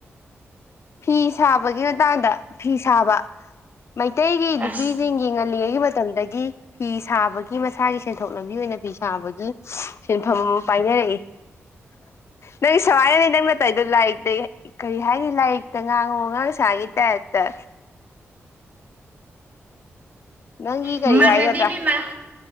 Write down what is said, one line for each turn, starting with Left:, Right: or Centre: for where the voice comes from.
Left: ꯐꯤ ꯁꯥꯕꯒꯤ ꯃꯇꯥꯡꯗ ꯐꯤ ꯁꯥꯕ ꯃꯩꯇꯩꯒꯤ
Right: ꯑꯁ
Left: ꯅꯨꯄꯤꯁꯤꯡꯒꯤ ꯉꯜꯂꯤꯉꯩꯒꯤ ꯃꯇꯝꯗꯒꯤ ꯐꯤ ꯁꯥꯕꯒꯤ ꯃꯁꯥꯒꯤ ꯁꯦꯟꯊꯣꯛ ꯂꯝꯕꯤ ꯑꯣꯏꯅ ꯐꯤ ꯁꯥꯕꯒꯤ ꯁꯦꯟꯐꯝ ꯑꯃ ꯄꯥꯏꯅꯔꯛꯏ ꯅꯪ ꯁꯃꯥꯏꯅꯅꯦ ꯅꯪ ꯅꯠꯇ ꯇꯧ ꯑꯩꯗꯣ ꯂꯥꯏꯔꯤꯛꯇꯇꯩ ꯀꯔꯤ ꯍꯥꯏꯅꯤ ꯂꯥꯏꯔꯤꯛ ꯇ ꯉꯥꯡ ꯎꯉꯥꯡ ꯁꯒꯤꯇ ꯑꯦꯛꯇ ꯅꯪꯪꯒꯤ
Right: ꯃꯥꯟꯅꯗꯦ
Left: ꯀꯔꯤ ꯍꯥꯏ ꯑꯗ꯭ꯔ
Right: ꯏꯕꯦꯝꯃ